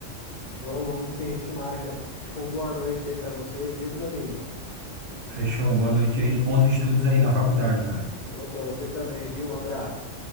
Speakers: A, on the left; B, on the right.
A: Vamos, vamos sim, a gente marca. Fica uma boa noite aí pra você, viu, meu amigo?
B: Fechou. Boa noite aí. Bons estudos aí na faculdade, cara.
A: Ou pra você também, viu? Um abraço.